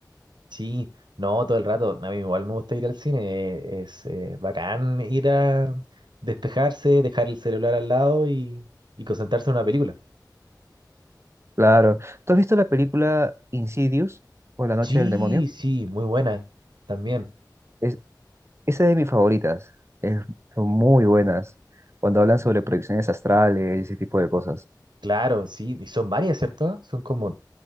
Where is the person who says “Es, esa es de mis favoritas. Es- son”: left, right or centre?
Right